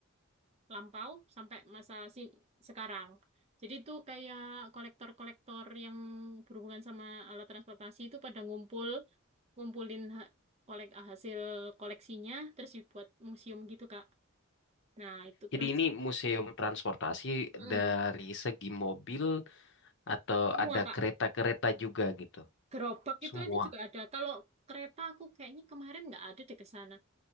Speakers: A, on the right; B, on the left.
A: lampau sampai masa si sekarang. Jadi itu kayak kolektor-kolektor yang berhubungan sama alat transportasi itu pada ngumpul, ngumpulin ha- kolek ah, hasil koleksinya, terus dibuat museum gitu, Kak. Nah, itu
B: Jadi
A: terus
B: ini museum transportasi
A: mm,
B: dari segi mobil atau
A: semua,
B: ada
A: Kak.
B: kereta-kereta juga gitu.
A: Gerobak itu
B: Semua.
A: aja juga ada. Kalau kereta aku kayaknya kemarin nggak ada deh ke sana.